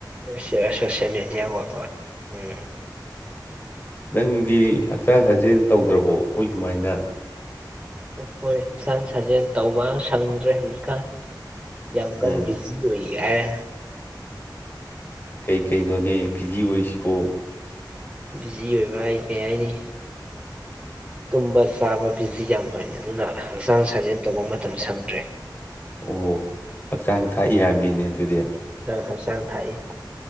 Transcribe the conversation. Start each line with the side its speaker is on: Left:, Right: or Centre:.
Right: ꯁꯤꯔ ꯁꯣꯁꯦꯜ ꯃꯦꯗꯤꯌꯥ ꯋꯥꯛ ꯎꯝ
Left: ꯅꯪꯗꯤ ꯍꯛꯆꯥꯡ ꯁꯥꯖꯦꯜ ꯇꯧꯗ꯭ꯔꯕꯣ ꯑꯩꯈꯣꯏ ꯀꯃꯥꯏꯅ
Right: ꯍꯣꯏ ꯍꯛꯆꯥꯡ ꯁꯥꯖꯦꯜ ꯇꯧꯕ ꯁꯪꯗ꯭ꯔꯦ ꯍꯧꯖꯤꯛꯀꯥꯟ ꯌꯥꯝ
Left: ꯎꯝ
Right: ꯀꯥꯟ ꯕꯤꯖꯤ ꯑꯣꯏ ꯌꯥꯔꯦ
Left: ꯀꯩ ꯀꯩꯅꯣꯅꯦ ꯕꯤꯖꯤ ꯑꯣꯏꯁꯤꯕꯣ
Right: ꯕꯤꯖꯤ ꯑꯣꯏꯕ ꯑꯩ ꯀꯩ ꯍꯥꯏꯅꯤ ꯇꯨꯝꯕ ꯆꯥꯕ ꯕꯤꯖꯤ ꯌꯥꯝ ꯑꯣꯏ ꯑꯗꯨꯅ ꯍꯛꯆꯥꯡ ꯁꯥꯖꯦꯜ ꯇꯧꯕ ꯃꯇꯝ ꯁꯪꯗ꯭ꯔꯦ
Left: ꯑꯣ ꯍꯛꯆꯥꯡ ꯊꯥꯛꯏ ꯍꯥꯏꯕꯅꯤꯅꯦ ꯑꯗꯨꯗꯤ
Right: ꯅꯪ ꯍꯛꯆꯥꯡ ꯊꯥꯛꯏ